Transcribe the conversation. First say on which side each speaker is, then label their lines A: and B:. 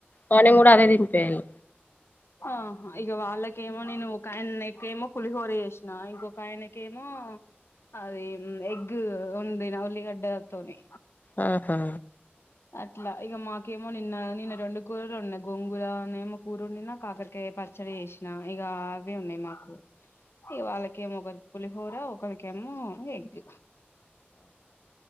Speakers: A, on the left; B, on the left.
A: మార్నింగ్ కూడా అదే తినిపియాలి.
B: ఆహా ఇగ వాళ్ళకేమో నేను ఒక ఆయనక్కేమో పులిహోర చేసినా ఇంకొకా ఆయన కేమో అది ఎగ్ వండిన ఉల్లిగడ్డతోని
A: ఆహా
B: అట్లా ఇగ మాకేమో నిన్న నిన్న రెండు కూరలు ఉన్నాయి గొంగురనేమో కూర వండి నా కాకర్ య్ పచ్చడి చేేసిన ఇగ్ అవి ఉన్నాయి మాకు ఇగ వాళ్ళకేమో ఒకరికి పులిహోర ఒకరికేమో ఎగ్